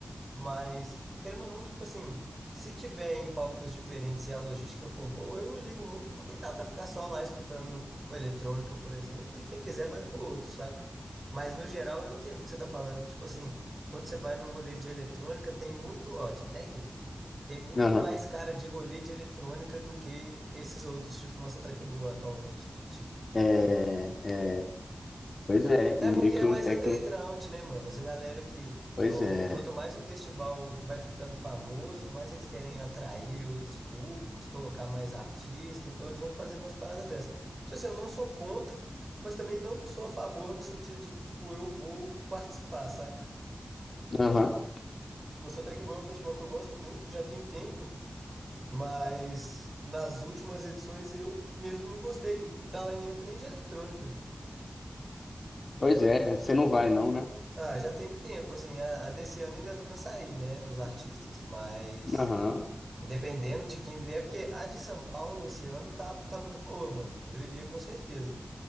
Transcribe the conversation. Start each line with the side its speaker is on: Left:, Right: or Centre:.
Right: Mas, querendo ou não, tipo assim, se tiver em palcos diferentes e a logística for boa, eu não ligo muito porque dá pra ficar só lá escutando eletrônica, por exemplo, e quem quiser vai pro outro, saca? Mas no geral eu entendo o que você tá falando, que tipo assim, quando você vai num rolê de eletrônica, tem muito, ó, de techno. Tem muito
Left: Aham.
Right: mais cara de rolê de eletrônica do que esses outros, tipo Monster Truck Boa atualmente, né? Tipo,
Left: É, é, pois é, e
Right: é porque
Left: meio
Right: é
Left: que
Right: mais
Left: o techno,
Right: underground, né, mano? Essa galera que.
Left: pois
Right: ó,
Left: é.
Right: ó, quanto mais o festival vai ficando famoso, mais eles querem atrair outros públicos, colocar mais artistas, então eles vão fazendo umas paradas dessas. Tipo assim, eu não sou contra, mas também não sou a favor no sentido de que, tipo, eu vou participar, saca?
Left: Aham.
Right: Tipo, o Monster Truck Boa é um festival que eu gosto muito, já tem tempo. Mas nas últimas edições eu mesmo não gostei da lineup nem de eletrônica.
Left: Pois é, você não vai não, né?
Right: Ah, já tem tempo, assim, a, a desse ano ainda dá pra sair, né, os artistas, mas
Left: Aham.
Right: dependendo de quem vier, porque a de São Paulo esse ano tá, tá muito boa, mano. Eu iria com certeza.